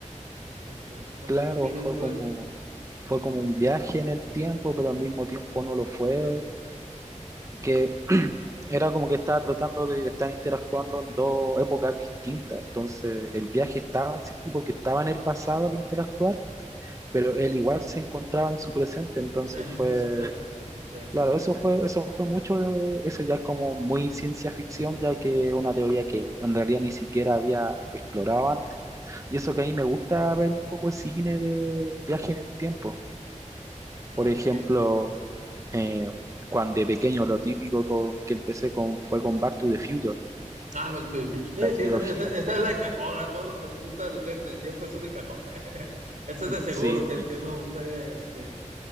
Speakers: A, on the right (about 80°); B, on the right (about 25°).
A: Este, no
B: Claro,
A: sé qué opinas
B: fue
A: tú
B: como, fue como un viaje en el tiempo, pero al mismo tiempo no lo fue. que era como que estaba tratando de estar interactuando en dos épocas distintas. Entonces, el viaje estaba en sí sí, porque estaba en el pasado al interactuar, pero él igual se encontraba en su presente. Entonces
A: en-
B: fue,
A: exactamente su presente.
B: claro, eso fue, eso fue mucho de, eso ya es como muy ciencia ficción, ya que es una teoría que en realidad ni siquiera había explorado antes. Y eso que a mí me gusta ver un poco el cine de viaje en el tiempo.
A: Ah,
B: Por ejemplo,
A: ok.
B: eh, cuando de pequeño lo típico con- que empecé con fue con Back to the Future
A: Ah, Back to the Future.
B: la
A: Sí,
B: trilogía.
A: sí, esa, esa- esa es la de cajón. A todos los que nos gustan los viajes de tiempo, esa es de cajón. <laughs> Esa es de seguro
B: Sí,
A: que, que uno puede este,